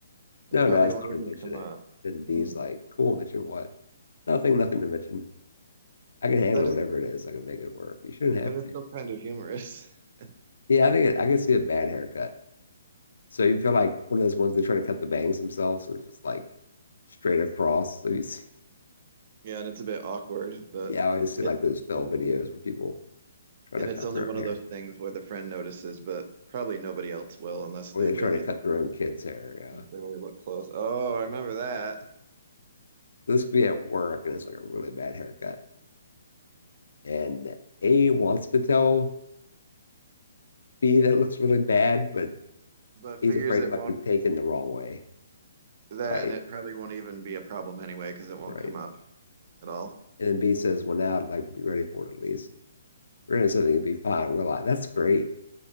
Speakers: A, on the right; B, on the left.
A: It
B: no,
A: probably
B: no, I just
A: won't even
B: want to mention
A: come
B: it.
A: up.
B: And B's
A: Hmm.
B: like, cool, mention what? Nothing, nothing to mention. I can handle
A: That
B: whatever
A: is,
B: it is. I can make it work. You shouldn't have
A: but it's
B: to.
A: still kind of humorous. <laughs>
B: Yeah, I think it, I can see a bad haircut. So you feel like one of those ones they try to cut the bangs themselves and it's just like straight across. So you see,
A: Yeah, and it's a bit awkward, but
B: yeah, I always see like
A: it,
B: those fail
A: it
B: videos where people try
A: and
B: to cut
A: it's only
B: their
A: one
B: own hair
A: of those things where the friend notices, but probably nobody else will unless
B: or
A: they
B: they
A: really
B: try to cut
A: look
B: their own kids' hair. Yeah.
A: they really look close. Oh, I remember that.
B: This could be at work and it's like a really bad haircut. And A wants to tell B that it looks really bad, but
A: But
B: he's
A: figures
B: afraid
A: it
B: it might
A: won't
B: be taken the wrong way.
A: that,
B: Right.
A: and it probably won't even be a problem anyway because it won't
B: Right.
A: come up at all.
B: And then B says, Well, now I'd like to be ready for it at least. We're gonna do something, it'll be fine. We're like, That's great.